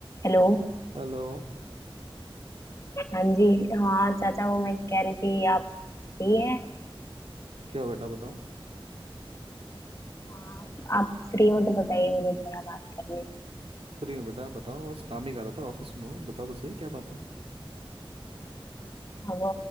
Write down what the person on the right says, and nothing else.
Hello
क्या हुआ बेटा बताओ
फ्री हूँ बेटा बताओ बस काम ही कर रहा था ऑफिस में हूँ बताओ तो सही क्या बात है